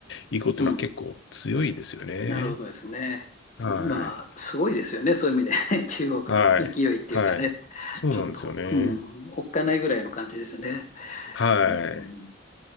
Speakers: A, on the left (about 65°); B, on the left (about 40°).
A: 意向っていうのは結構強いですよね。
B: うん。なるほどですね。
A: はい。
B: もう今、すごいですよね。そういう意味で <laughs> 中国の勢いっていうかね、
A: はい。はい。そうなんですよね。
B: ちょっと、うん、おっかないぐらいの感じですね。
A: はい。
B: うん、